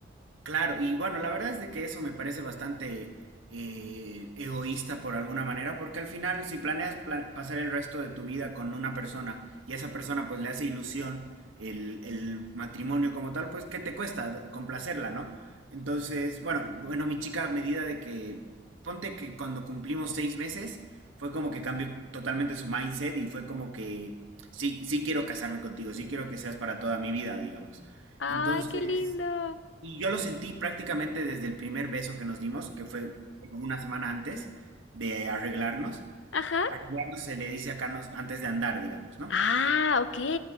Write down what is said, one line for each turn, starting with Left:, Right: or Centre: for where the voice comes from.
Right: Claro, y bueno, la verdad es de que eso me parece bastante eh, egoísta por alguna manera, porque al final, si planeas pla- pasar el resto de tu vida con una persona y a esa persona pues le hace ilusión el, el matrimonio como tal, pues ¿qué te cuesta d- complacerla, no? Entonces, bueno, bueno, mi chica, a medida de que, ponte que cuando cumplimos seis meses, fue como que cambió totalmente su mindset y fue como que, sí, sí quiero casarme contigo, sí quiero que seas para toda mi vida, digamos.
Left: ¡Ay,
Right: Entonces...
Left: qué lindo!
Right: Y yo lo sentí prácticamente desde el primer beso que nos dimos, que fue como una semana antes de arreglarnos.
Left: Ajá.
Right: Arreglarnos se le dice acá nos- antes de andar, digamos, ¿no?
Left: Ah, ok.